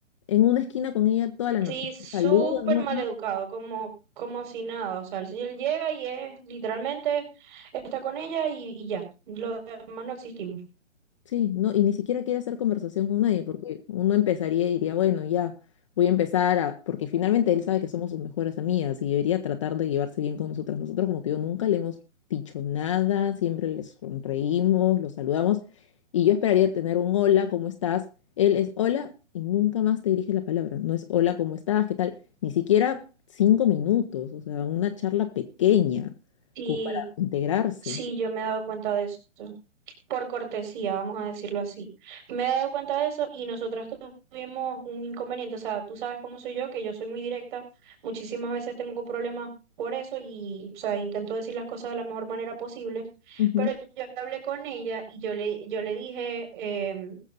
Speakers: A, on the left; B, on the right.
A: en una esquina con ella toda la noche.
B: Sí, súper
A: No saluda, no
B: mal educado, como, como si nada. O sea, si él llega y es literalmente está con ella y, y ya. Los demás no existimos.
A: Sí, no, y ni siquiera quiere hacer conversación con nadie, porque uno empezaría y diría, bueno, ya voy a empezar a, porque finalmente él sabe que somos sus mejores amigas y debería tratar de llevarse bien con nosotras. Nosotros, como te digo, nunca le hemos dicho nada, siempre le sonreímos, lo saludamos, y yo esperaría tener un hola, ¿cómo estás? Él es hola y nunca más te dirige la palabra, no es hola, ¿cómo estás? ¿Qué tal? Ni siquiera cinco minutos, o sea, una charla pequeña,
B: Sí,
A: como para integrarse.
B: sí, yo me he dado cuenta de eso. por cortesía, vamos a decirlo así. Me he dado cuenta de eso y nosotras tuvimos un inconveniente, o sea, tú sabes cómo soy yo, que yo soy muy directa, muchísimas veces tengo problemas por eso y, o sea, intento decir las cosas de la mejor manera posible,
A: Ujú,
B: pero yo hablé con ella y yo le, yo le dije em,